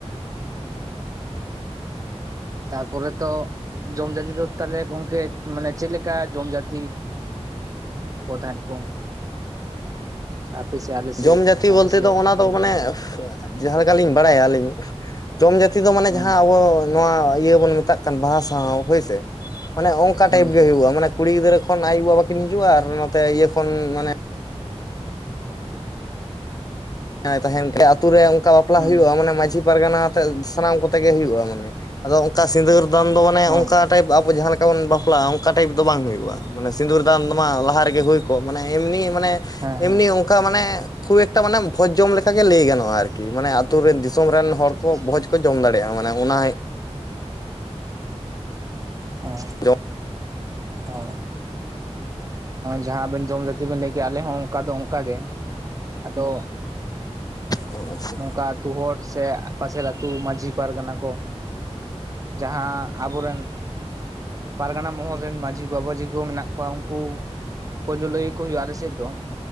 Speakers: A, on the right; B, on the left.
A: ᱛᱟᱨᱯᱚᱨᱮ ᱛᱚ, ᱡᱚᱢ ᱡᱟᱹᱛᱤ ᱫᱚ ᱛᱟᱦᱚᱞᱮ ᱜᱚᱝᱠᱮ ᱢᱟᱱᱮ ᱪᱮᱫ ᱞᱮᱠᱟ ᱡᱚᱢ ᱡᱟᱹᱛᱤ ᱠᱚ ᱛᱟᱸᱦᱮᱫ ᱠᱚ? ᱟᱯᱮ ᱥᱮ <unintelligible>
B: ᱡᱚᱢ ᱡᱟᱹᱛᱤ
A: ᱟᱯᱮ
B: ᱵᱚᱞᱛᱮ
A: ᱥᱮᱫ
B: ᱫᱚ, ᱚᱱᱟ
A: ᱡᱩᱫᱤ
B: ᱫᱚ
A: ᱵᱤᱱ
B: ᱢᱟᱱᱮ
A: ᱞᱟᱹᱭ ᱠᱮᱭᱟ
B: ᱡᱟᱦᱟᱸ ᱞᱮᱠᱟᱞᱤᱧ ᱵᱟᱲᱟᱭᱼᱟ᱾ ᱟᱹᱞᱤᱧ ᱡᱚᱢ ᱡᱟᱛᱤ ᱫᱚ ᱢᱟᱱᱮ
A: ᱦᱩᱸ
B: ᱡᱟᱦᱟᱸ ᱟᱵᱚᱼᱼᱼ ᱱᱚᱣᱟ ᱤᱭᱟᱹ ᱵᱚᱱ ᱢᱮᱛᱟᱜ ᱠᱟᱱ ᱵᱟᱦᱟᱸᱥᱟᱸᱣ, ᱦᱳᱭ ᱥᱮ, ᱚᱱᱟ ᱚᱱᱠᱟ
A: ᱦᱩᱸ
B: ᱴᱟᱭᱤᱯ ᱜᱮ
A: ᱦᱩᱸ
B: ᱦᱩᱭᱩᱜ-ᱟ᱾ ᱠᱩᱲᱤ ᱜᱤᱫᱨᱟᱹ ᱠᱷᱚᱱ ‌ᱟᱭᱩ-ᱵᱟᱵᱟ ᱠᱤᱱ ᱦᱤᱡᱩᱜ-ᱟ, ᱟᱨ ᱱᱚᱛᱮ ᱤᱭᱟᱹ ᱠᱷᱚᱱ ᱢᱟᱱᱮ <inaudible> ᱠᱚ ᱟᱛᱳ ᱨᱮ ᱚᱱᱡᱟ ᱵᱟᱯᱞᱟ
A: ᱦᱩᱸ
B: ᱦᱩᱭᱩᱜ-ᱟ᱾ ᱢᱟᱱᱮ ᱢᱟᱺᱡᱷᱤ ᱯᱟᱨᱜᱟᱱᱟ ᱟᱛᱮᱜ ᱥᱟᱱᱟᱢ ᱠᱚᱛᱮ ᱜᱮ ᱦᱩᱭᱩᱜ-ᱟ ᱢᱟᱱᱮ ᱟᱫᱚ ᱚᱱᱠᱟ ᱥᱤᱸᱫᱩᱨ ᱫᱟᱱ ᱫᱚ ᱢᱟᱱᱮ
A: ᱚ
B: ᱚᱱᱠᱟ ᱴᱟᱭᱤᱯ ᱟᱵᱚ ᱡᱟᱸᱦᱟ ᱞᱮᱠᱟ ᱵᱚᱱ ᱵᱟᱯᱞᱟᱜ-ᱟ ᱾ᱚᱱᱟ ᱴᱟᱭᱤᱯ ᱫᱚ ᱵᱟᱝ? ᱦᱩᱭᱩᱜ-ᱟ᱾ ᱢᱟᱱᱮ ᱥᱤᱸᱫᱩᱨ ᱫᱟᱱ ᱢᱟ ᱞᱟᱦᱟ ᱨᱮᱜᱮ ᱦᱩᱭ ᱠᱚᱜ᱾ ᱢᱟᱱᱮ ᱮᱢᱱᱤ ᱢᱟᱱᱮ
A: ᱦᱮᱸ
B: ᱮᱢᱱᱤ
A: ᱦᱮᱸ
B: ᱚᱱᱠᱟ ᱢᱟᱱᱮ ᱠᱷᱩᱵ ᱮᱠᱴᱟ ᱢᱟᱱᱮ ᱵᱷᱚᱡᱽ ᱡᱚᱢ ᱞᱮᱠᱟ ᱜᱮ ᱞᱟᱹᱭ ᱜᱟᱱᱚᱜ-ᱟ᱾ ᱟᱨᱠᱤ ᱢᱟᱱᱮ ᱟᱹᱛᱩ ᱨᱮ ᱫᱤ ᱫᱤᱥᱚᱢ ᱨᱮᱱ ᱦᱚᱲ
A: ᱟᱪᱪᱷᱟ
B: ᱠᱚ,
A: ᱟᱪᱪᱷᱟ
B: ᱵᱷᱚᱡᱽ ᱠᱚ ᱡᱚᱢ ᱫᱟᱲᱮᱭᱟᱜᱼᱟ, ᱢᱟᱱᱮ ᱚᱱᱟ
A: ᱚᱚ
B: ᱡᱚᱢ
A: ᱚ ᱡᱟᱦᱟᱸᱵᱮᱱ ᱡᱚᱢ ᱡᱟᱛᱤ ᱵᱮᱱ ᱞᱟᱹᱭ ᱠᱮᱭᱟ᱾ ᱟᱞᱮ ᱦᱚᱸ ᱚᱝᱠᱟ ᱫᱚ ᱚᱱᱠᱟ ᱜᱮ ᱟᱫᱚ
B: ᱚ ᱟᱪᱷᱟ
A: ᱱᱚᱝᱠᱟ ᱟᱹᱛᱩ ᱦᱚᱲ ᱥᱮ ᱯᱟᱥᱮᱨ ᱟᱹᱛᱩ ᱢᱟᱹᱡᱷᱤ ᱯᱟᱨᱜᱟᱱᱟ ᱠᱚ ᱡᱟᱸᱦᱟ ᱟᱵᱚ ᱨᱮᱱ ᱯᱟᱨᱜᱟᱱᱟ ᱢᱚᱦᱚᱞ ᱨᱤᱱ ᱢᱟᱹᱡᱷᱤ ᱵᱟᱵᱟᱡᱷᱤ ᱠᱚ ᱢᱮᱱᱟᱜ ᱠᱚᱣᱟ ᱩᱱᱠᱩ ᱞᱟᱹᱞᱟᱹᱭ ᱠᱚ ᱦᱩᱭᱩᱜ-ᱟ ᱟᱞᱮ ᱥᱮᱫ‌ ᱫᱚ᱾